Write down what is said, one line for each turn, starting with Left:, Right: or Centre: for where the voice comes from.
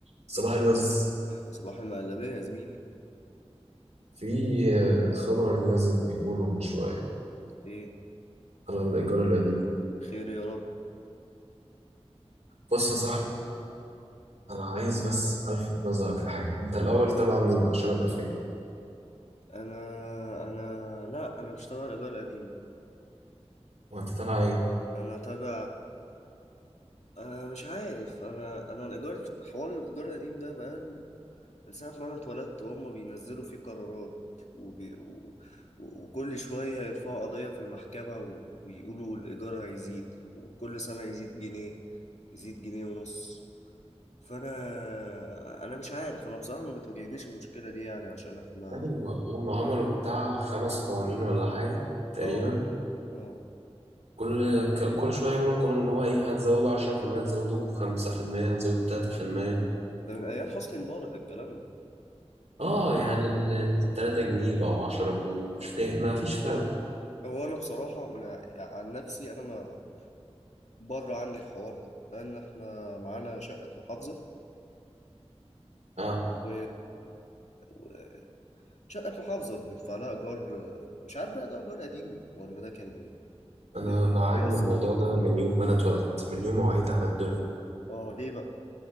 Right: صباح الوز
Left: صباح المقلبية يا زميلي
Right: في آه، خبر نازل بيقوله من شوية
Left: ايه
Right: على الإيجار القديم
Left: خير يا رب
Right: بص يا صاحبي أنا عايز بس ألفت نظرك لحاجة أنت الأول تبع مين عشان أبقى فاهم
Left: انا انا لا انا مش تبع الايجار القديم
Right: هو أنت تبع إيه؟
Left: انا تبع انا مش عارف انا انا الايجار حوار الايجار القديم ده بقاله من ساعة ما انا اتولدت وهم بينزلوا فيه قرارات وبي... و... و- وكل شوية يرفعوا قضية في المحكمة و... ويقولوا الإيجار هيزيد وكل سنة يزيد جنيه يزيد جنيه ونص فأنا أنا مش عارف أنا بصراحة ما بتواجهنيش المشكلة دي يعني عشان إحنا
Right: أيوة هم عملوا بتاع خمس قوانين ولا حاجة تقريبا
Left: اه اه
Right: كل ك- كل شوية يعملوا قانون اللي هو إيه هتزودوا عشرة في المية هتزودوا خمسة في المية هتزودوا تلاتة في المية
Left: ده من ايام حسني مبارك الكلام ده
Right: آه يعني التلاتة جنيه بقوا عشرة جنيه مش فاهم ما فيش فرق
Left: هو انا بصراحه مع... يعني عن نفسي انا ما بره عني الحوار ده لان احنا معانا شقه محافظه
Right: آه
Left: و... و... شقه محافظه بندفع لها ايجار مش عارف بقى ده ايجار قديم ولا ده كان ايه ب...
Right: أنا بعاني
Left: بيقسطوها
Right: من الموضوع ده من يوم ما أنا اتولدت من يوم ما وعيت على الدنيا
Left: اه ليه بقى